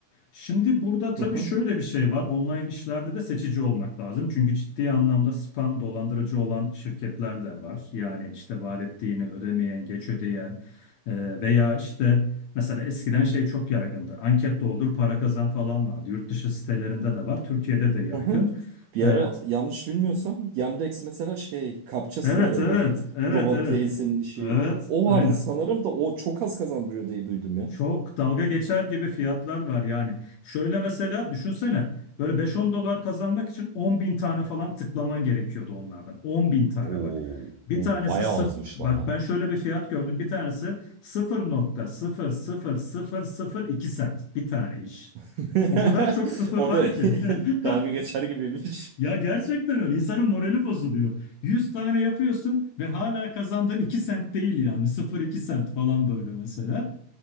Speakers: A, on the left; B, on the right.
A: Şimdi burada tabii
B: hı hı,
A: şöyle bir şey var. Online işlerde de seçici olmak lazım. Çünkü ciddi anlamda spam dolandırıcı olan şirketler de var. Yani işte vaat ettiğini ödemeyen, geç ödeyen e, veya işte mesela eskiden şey çok yaygındı. Anket doldur, para kazan falan vardı. Yurt dışı sitelerinde de var. Türkiye'de de yaygın.
B: hı hı. Bir
A: Evet,
B: ara yanlış bilmiyorsam Yandex mesela şey kapçası
A: evet,
B: var ya
A: evet,
B: bu
A: evet,
B: robot
A: evet.
B: değilsin işi
A: Evet,
B: o
A: aynen.
B: vardı sanırım da o çok az kazandırıyor diye duydum ya.
A: Çok dalga geçer gibi fiyatlar var yani. Şöyle mesela düşünsene böyle beş on dolar kazanmak için on bin tane falan tıklaman gerekiyordu onlardan. On bin tane
B: Oo,
A: bak. Bir
B: o
A: tanesi
B: bayağı
A: sıfır.
B: azmış
A: Bak
B: baya.
A: ben şöyle bir fiyat gördüm. Bir tanesi 0.00002 sent. Bir tane iş.
B: <laughs>
A: O kadar çok sıfır
B: O
A: var
B: da <laughs>
A: ki. <laughs>
B: dalga geçer gibiymiş.
A: Ya gerçekten öyle. İnsanın morali bozuluyor. 100 tane yapıyorsun ve hala kazandığın 2 sent değil yani. 0.2 sent falan böyle mesela.